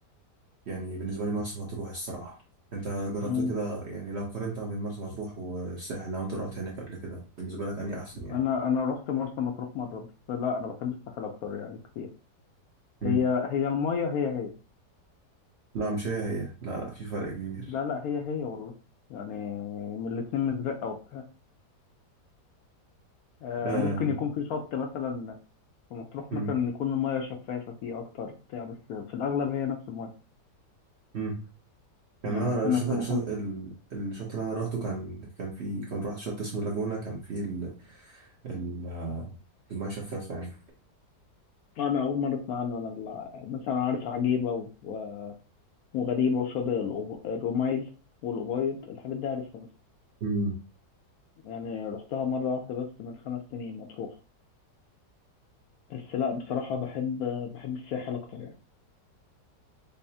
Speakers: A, on the right (about 55°); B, on the left (about 70°).
A: يعني بالنسبه لي مرسى مطروح الصراحه انت جربت
B: لي
A: كده يعني لو قارنت ما بين مرسى مطروح والساحل لو انت رحت هناك قبل كده بالنسبه لك اني احسن يعني
B: انا انا رحت مرسى مطروح مره بس لا انا بحب الساحل اكتر يعني كتير
A: امم
B: هي هي الميه هي هي
A: لا مش هي هي لا لا في فرق كبير
B: لا لا هي هي والله يعني من الاتنين مزرقه وبتاع آه
A: آه.
B: ممكن يكون في شط مثلا في مطروح
A: مم.
B: مثلا يكون الميه شفافه فيه اكتر وبتاع بس في الاغلب هي نفس الميه
A: مم. كمان
B: يعني
A: انا
B: في
A: الشط
B: نفس
A: الشط
B: المحيط
A: ال- الشط اللي انا روحته كان كان في كان رحت شط اسمه لاجونا كان فيه ال ال آه، الميه شفافه يعني
B: انا اول مره اسمع عنه انا ال- مثلا عارف عجيبه و- و- وغريبه وشاطئ الأب- الرمايل والأبيض الحاجات دي عارفها بس
A: مم.
B: يعني رحتها مره واحده بس من خمس سنين مطروح بس لا بصراحة بحب بحب الساحل أكتر يعني